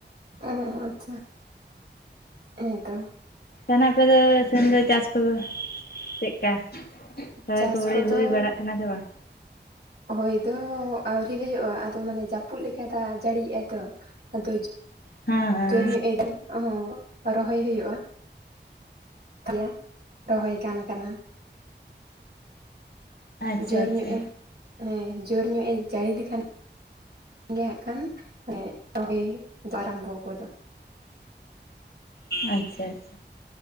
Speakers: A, on the right (about 60°); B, on the left (about 60°).
A: ᱟᱸ ᱟᱪᱪᱷᱟ ᱦᱮᱸᱛᱚ᱾
B: ᱛᱟᱦᱟᱞᱮ ᱟᱯᱮ ᱫᱚ ᱥᱮᱢ ᱫᱚ ᱪᱟᱥ ᱠᱚᱫᱚ ᱪᱮᱫᱠᱟ ᱨᱚᱦᱚᱭ
A: ᱪᱟᱥ
B: ᱠᱚ
A: ᱠᱚᱫᱚ
B: ᱦᱩᱭ ᱵᱟᱲᱟᱜ ᱮᱱᱟ ᱪᱮ ᱵᱟᱝ?
A: ᱦᱳᱭ ᱫᱚ ᱟᱹᱣᱨᱤ ᱦᱩᱭᱩᱜᱼᱟ, ᱟᱫᱚ ᱢᱟᱱᱮ ᱡᱟᱹᱯᱩᱫ ᱞᱮᱠᱟ ᱫᱟᱜ ᱡᱟᱹᱲᱤ ᱮᱟᱭ ᱛᱚ ᱟᱫᱚ
B: ᱦᱮᱸ ᱦᱮᱸ
A: ᱡᱳᱨ ᱧᱚᱜᱼᱮ ᱳᱦ ᱨᱚᱦᱚᱭ ᱦᱩᱭᱩᱜᱼᱟ᱾ ᱛᱮᱭᱟ ᱨᱚᱦᱚᱭ ᱜᱟᱱ ᱠᱟᱱᱟ᱾
B: ᱟᱪᱪᱷᱟ
A: ᱡᱳᱨ
B: ᱟᱪᱪᱷᱟ
A: ᱧᱚᱜᱼᱮ ᱦᱮᱸ ᱡᱳᱨ ᱧᱚᱜᱼᱮ ᱡᱟᱹᱲᱤ ᱞᱮᱠᱷᱟᱱ ᱜᱮ ᱦᱟᱸᱜ ᱠᱷᱟᱱ ᱨᱚᱦᱚᱭ ᱟᱨᱚᱢᱵᱚ ᱜᱚᱫᱚᱜ ᱟ᱾
B: ᱟᱪᱪᱷᱟ ᱟᱪᱪᱷᱟ